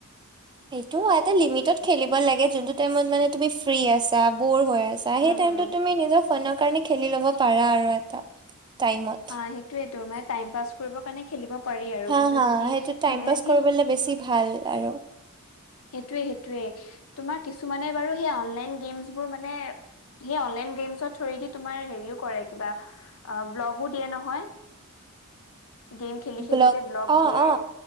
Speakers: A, on the right; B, on the left.
A: এইটো এটা লিমিতত খেলিব লাগে জোনটো টাইমত তুমি ফ্ৰী আছা বৰ হৈ আছা
B: হম,
A: হেইটাইমটোত
B: হম,
A: নিজৰ ফানৰ কাৰণে খেলি লব পাৰা আৰু এটা টাইমত
B: অ', সেইটোয়েতো মানে টাইম পাছ কৰিব কাৰণে খেলিব পাৰি আৰু
A: হা
B: কিন্তু
A: হা
B: যদি
A: সেইটো টাইম
B: মানে
A: পাছ
B: সেই
A: কৰিবলে বেছি ভাল আৰু
B: সেইটোৱে সেইটোয়ে তোমাৰ কিছুমানে বাৰু সেই অনলাইন গেমছোৰ মানে সেই গেমছৰ থুয়েদি তোমাৰ হেৰিও কৰে কিবা ব্লগও দিয়ে নহয় <unintelligible> খেলি
A: ব্লগ
B: যে
A: অ
B: দিয়ে
A: অ